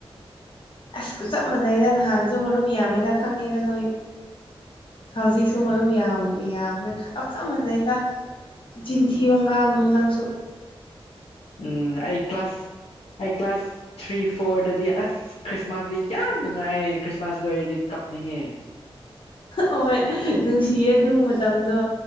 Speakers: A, on the left (about 55°); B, on the left (about 80°).
A: ꯑꯁ ꯆꯞ ꯃꯥꯟꯅꯩꯗ ꯅꯍꯥꯟꯁꯨ ꯃꯔꯨꯞ ꯌꯥꯝꯃꯤꯗ ꯈꯪꯉꯦꯗ ꯅꯣꯏ ꯍꯧꯖꯤꯛꯁꯨ ꯃꯔꯨꯞ ꯌꯥꯝ ꯌꯥꯝꯃꯦ ꯆꯞ ꯃꯥꯟꯅꯩꯗ ꯆꯤꯟꯊꯤꯕ ꯉꯥꯡꯅꯨ ꯅꯪꯁꯨ
B: ꯎꯝ ꯑꯩ ꯀ꯭ꯂꯥꯁ ꯑꯩ ꯀ꯭ꯂꯥꯁ ꯊ꯭ꯔꯤ ꯐꯣꯔꯗꯗꯤ ꯑꯁ ꯈ꯭ꯔꯤꯁꯃꯥꯁꯇ ꯌꯥꯝ ꯅꯨꯡꯉꯥꯏ ꯈ꯭ꯔꯤꯁꯃꯥꯁ ꯂꯣꯏꯔꯗꯤ ꯀꯞꯅꯤꯡꯉꯦ
A: ꯍꯣꯏ ꯅꯨꯡꯁꯤꯌꯦ ꯑꯗꯨ ꯃꯇꯝꯗꯣ